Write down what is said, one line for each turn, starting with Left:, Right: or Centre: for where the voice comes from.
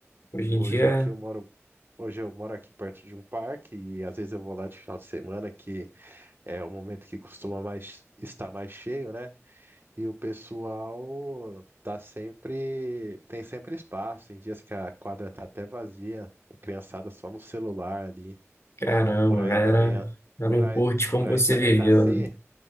Left: Hoje em
Right: Hoje
Left: dia,
Right: aqui eu moro, hoje eu moro aqui perto de um parque e às vezes eu vou lá de final de semana, que é o momento que costuma mais estar mais cheio, né? E o pessoal tá sempre, tem sempre espaço. Tem dias que a quadra tá até vazia, a criançada só no celular ali.
Left: caramba,
Right: Por aí
Left: a galera
Right: também, a-
Left: já
Right: por
Left: não
Right: aí,
Left: curte como
Right: por
Left: você
Right: aí também
Left: viveu,
Right: tá assim?
Left: né?